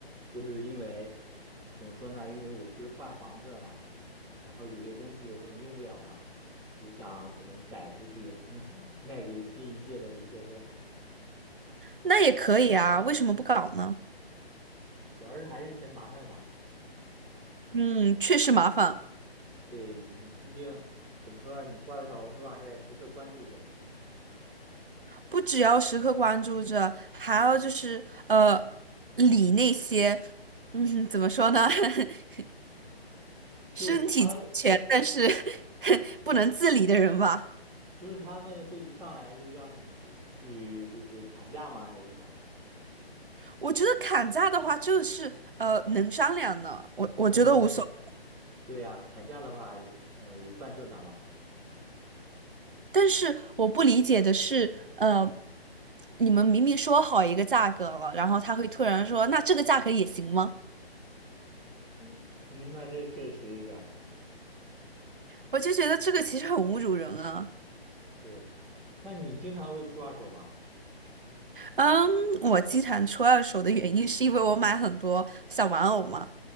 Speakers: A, in the centre; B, on the right.
A: 就是因为怎么说呢？因为我不是换房子了嘛，然后有些东西我可能用不了了，就想可能摆出去卖卖给新一届的留学生，
B: 那也可以啊，为什么不搞呢？
A: 主要是还是嫌麻烦吧。
B: 嗯，确实麻烦，
A: 对你毕竟怎么说呢，你挂在小红书上还得时刻关注着，
B: 不只要时刻关注着，还要就是呃理那些，嗯，怎么说呢？<laughs>
A: 就他
B: 身体健全，但是 <laughs> 不能自理的人吧。
A: 就是他们会一上来就让你去就是砍价吗？还是什么？
B: 我觉得砍价的话，就是呃能商量的，我我觉得无所谓。
A: 嗯，对呀、砍价的话，呃，也算正常嘛。
B: 但是我不理解的是，呃，你们明明说好一个价格了，然后他会突然说，那这个价格也行吗？
A: 嗯，嗯那这确实有点儿
B: 我就觉得这个其实很侮辱人啊。
A: 对。那你经常会出二手吗？
B: 嗯，我经常出二手的原因是因为我买很多小玩偶嘛。